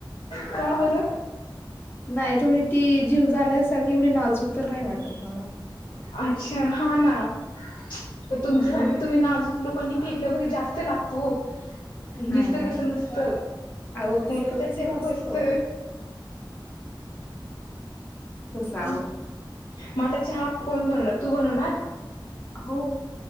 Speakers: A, on the left; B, on the left.
A: <inaudible> का बोल..
B: नाही तेवढी ती जीव जाण्यासारखी एवढी नाजूक तर नाही वाटत मला.
A: अच्छा हा ना, प
B: हा
A: तुमच्यासारखे
B: मग.
A: तुम्ही नाजूक लोकांनी फेकल्या जास्त लागतो हो.
B: नाही
A: दिसत
B: नाही
A: तसं नसत.
B: अहो असतं
A: म्हणून तर
B: तसच
A: जग
B: असतं.
A: फसत अ..
B: काऊ.
A: माताचे हाक कोण बनवणार तू बनवणार,
B: हो.